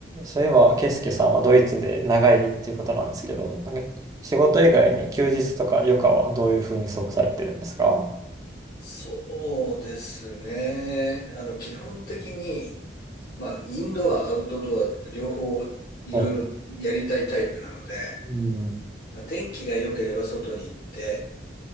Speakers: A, on the right (about 20°); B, on the left (about 55°).
A: そういえば、ケイスケさんはドイツで長いっていうことなんですけど、なんか仕事以外に休日とか余暇はどういうふうに過ごされてるんですか
B: そうですね。あの、基本的に、まあ、インドア、アウトドア、両方いろいろやりたいタイプなので、
A: ほう、うん。
B: まあ、天気が良ければ外に行って、